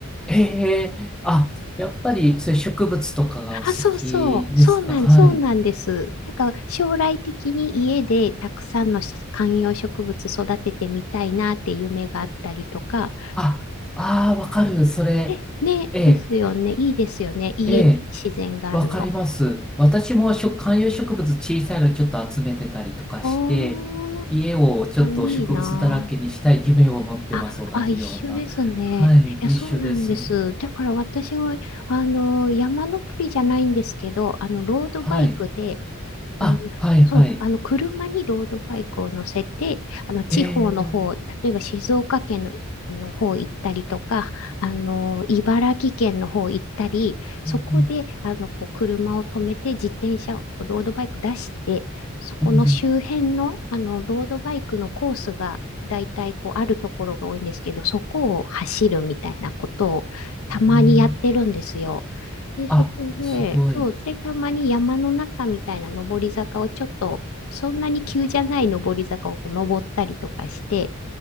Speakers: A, in the centre; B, on the left.
A: ええあ、やっぱり、そういう植物とかがお好きですかはい。
B: あ、そうそう、そうなん、そうなんです。なんか将来的に家でたくさんの観葉植物育ててみたいなって夢があったりとか、
A: あ、ああ、わかる。それ、
B: ね、ね、
A: ええ、
B: ですよね。いいですよね。家に自然があるの。
A: ええ、わかります。私もしょ観葉植物小さいのちょっと集めてたりとかして、
B: おー、
A: 家をちょっと植物だらけにしたい夢を持ってます。
B: あ、いいなあ。
A: 同じような。
B: あ、あ、一緒ですね。
A: はい、
B: いや、
A: 一緒です。
B: そうなんです。だから私は、あの、山登りじゃないんですけど、あの、ロードバイクで、
A: はい。
B: あの、
A: あ、はい、
B: そう、
A: はい。
B: あの、車にロードバイクを乗せて、あの、地方の方、
A: ええ、
B: 例えば静岡県の、あの方行ったりとか、あの、茨城県の方行ったり、そこで、
A: うんうん
B: あの、こう、車を止めて、自転車を、こうロードバイク出して、そこの周辺の、
A: うん
B: あの、ロードバイクのコースが、だいたい、こう、あるところが多いんですけど、そこを走るみたいなことを、たまにやってるんですよ。
A: うんうん
B: で、
A: あ、
B: そこで、
A: すごい。
B: そう、で、たまに山の中みたいな登り坂をちょっと、そんなに急じゃない登り坂をこう登ったりとかして、